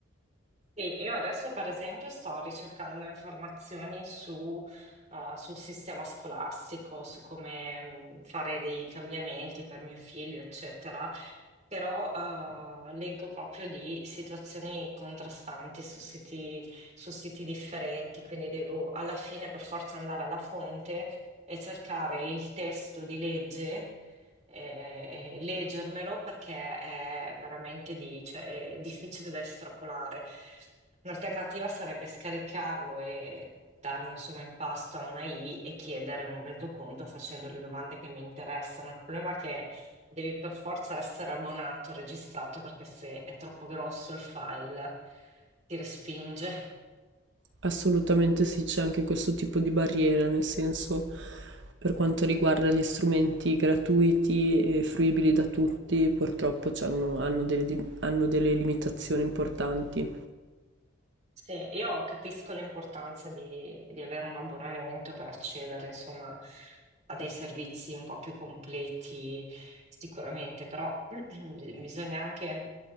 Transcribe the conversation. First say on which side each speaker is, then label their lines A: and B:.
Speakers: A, on the right; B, on the right.
A: Sì, io adesso per esempio sto ricercando informazioni su, eh, sul sistema scolastico, su come mh, fare dei cambiamenti per mio figlio, eccetera, però eh, leggo proprio di situazioni contrastanti su siti, su siti differenti, quindi devo alla fine per forza andare alla fonte e cercare il testo di legge eh, leggermelo perché è veramente di- cioè, è difficile da estrapolare. Un'alternativa sarebbe scaricarlo e darlo insomma in pasto a una I e chiedere un resoconto facendo le domande che mi interessano. Il problema è che devi per forza essere abbonato, registrato, perché se è troppo grosso il file ti respinge.
B: Assolutamente sì, c'è anche questo tipo di barriera, nel senso per quanto riguarda gli strumenti gratuiti e fruibili da tutti, purtroppo c'hanno- hanno delle di- hanno delle limitazioni importanti.
A: Sì, io capisco l'importanza di, di avere un abbonamento per accedere, insomma, a dei servizi un po' più completi, sicuramente, però <clears throat> bisogna anche